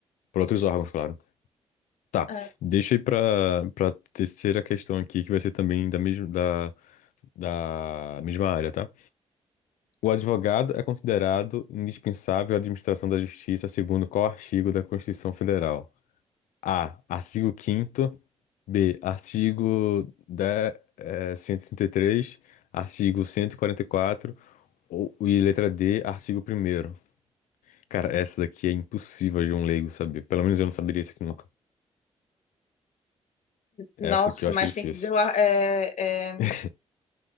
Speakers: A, on the left (about 85°); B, on the left (about 70°).
A: Para outros órgãos, claro. Tá,
B: É.
A: deixa aí pra, pra terceira questão aqui, que vai ser também da, mesma da, da mesma área, tá? O advogado é considerado indispensável à administração da justiça segundo qual artigo da Constituição Federal? A. Artigo quinto. B. Artigo 10, eh, 133. Artigo 144. Ou, e letra D. Artigo primeiro. Cara, essa daqui é impossível de um leigo saber. Pelo menos eu não saberia isso aqui nunca.
B: Nossa,
A: Essa aqui eu acho
B: mas
A: que é difícil.
B: tem que dizer. o ar- É, é...
A: <laughs>